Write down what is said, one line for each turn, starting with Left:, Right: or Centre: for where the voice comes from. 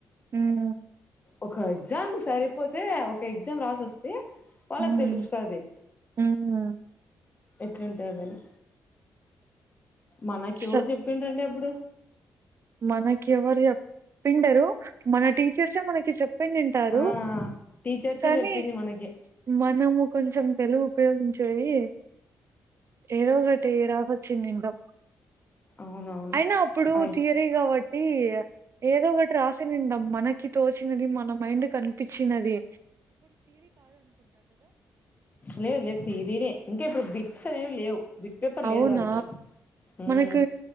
Right: ఉమ్
Left: ఒక ఎగ్జామ్ సరిపోతే ఒక ఎగ్జామ్ రాసొస్తే వాలక్
Right: ఉమ్
Left: దెలుస్తాది
Right: ఉమ్
Left: ఎట్లుంటాదని మనకు
Right: స
Left: ఎవరు చెప్పిండ్రండి అప్పుడు
Right: మనకి ఎవరు చెప్పిండరు మన టీచర్సే మనకి చెప్ పిండింటారు
Left: ఆ టీచర్సే
Right: కానీ
Left: చెప్పింది మనకి
Right: మనము కొంచెం తెలివి ఉపయోగించేది ఏదో ఒకటి రాసొచ్చినిండో
Left: అవునవును
Right: అయినా అప్పుడు
Left: అయ్
Right: థిరీ గావట్ తి ఆ ఏదో ఒకటి రాసిందం మనకి తోచినది మన మైండ్ కనిపిచినది
Left: లేద్ లేద్ థీరినే ఇంకేపుడు బి అసలేం లేవు బిట్ పేపర్
Right: అవునా
Left: లేదు వాళ్ళకి ఉమ్
Right: మనకు